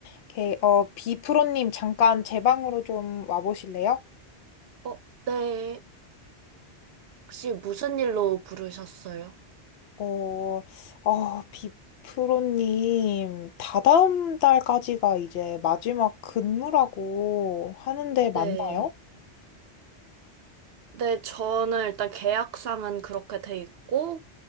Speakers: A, on the left; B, on the right.
A: 오케이. 어, 비프로님 잠깐 제 방으로 좀 와보실래요?
B: 어, 네. 혹시 무슨 일로 부르셨어요?
A: 어, 어, 비프로님 다다음 달까지가 이제 마지막 근무라고 하는데 맞나요?
B: 네. 네, 저는 일단 계약상은 그렇게 돼 있고,